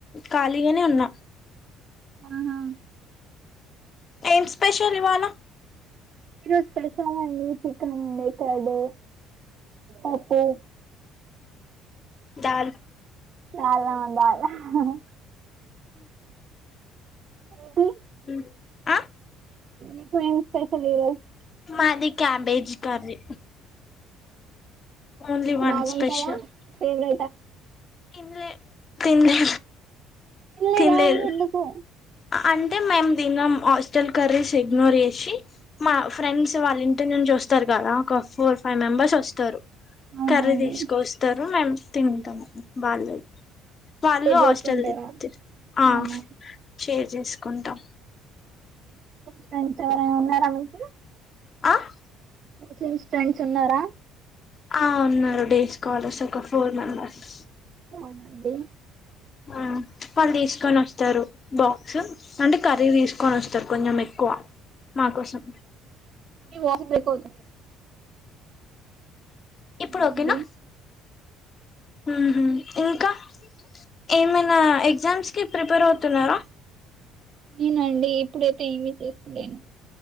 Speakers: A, on the left; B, on the right.
A: ఖాళీగనే ఉన్నా.
B: అవునా.
A: ఏం స్పెషల్ ఇవాళ.
B: ఈరోజు <unintelligible> అండి చికెన్ అండి రేపు హాలిడే. అబ్బో.
A: దాల్
B: అవునా బాలే ఆహ్. ఏంటి.
A: ఉమ్ ఆహ్.
B: మీకేం స్పెషల్ ఈ రోజ్.
A: మాది cabbage curry. Only one
B: అవునండి.
A: special తిన్లే.
B: తిన్లేదా
A: తినలేదు
B: ఎందుకు.
A: అంటే మేం తినం హాస్టల్ కర్రీస్ ఇగ్నోర్ చేసి మా ఫ్రెండ్స్ వాళ్ళ ఇంటినుంచ్. నుంచి వస్తారు కదా. ఒక ఫోర్ ఫైవ్ మెంబర్స్ వొస్తరు
B: అవునా
A: కర్రీ
B: అండి
A: దీస్కోస్తరు మేము తింటాం. వాళ్ళు వాళ్లు
B: షేర్ చేసుకుంటారా
A: హాస్టల్ దీ తిన్ ఆహ్.
B: అవునా
A: షేర్ జేస్కుంటాం.
B: ఫ్రెండ్స్ ఎవరైనా ఉన్నారా మీకీ.
A: ఆహ్.
B: ముస్లిమ్స్ ఫ్రెండ్స్ ఉన్నారా.
A: ఆహ్ ఉన్నారు డేస్కాలర్స్ ఒక ఫోర్ మెంబర్స్.
B: అవునండి.
A: ఆహ్ వాళ్ళు దీస్కొనొస్తారు బాక్సు అంటే కర్రీ దీస్కొనొస్తరు కొంచెం ఎక్కు. క్కువ మా కోసం.
B: నీ వాయిస్ బ్రేక్ అవుతుంది.
A: ఇప్పుడు
B: అవునండి
A: ఓకేనా మ్మ్ హు ఇంకా ఏమన్. ఆహ్ ఎగ్జామ్స్ కి ప్రిపేర్ అవుతున్నారా.
B: నేనండి ఇప్పుడైతే ఏమీ చేస్తలేను.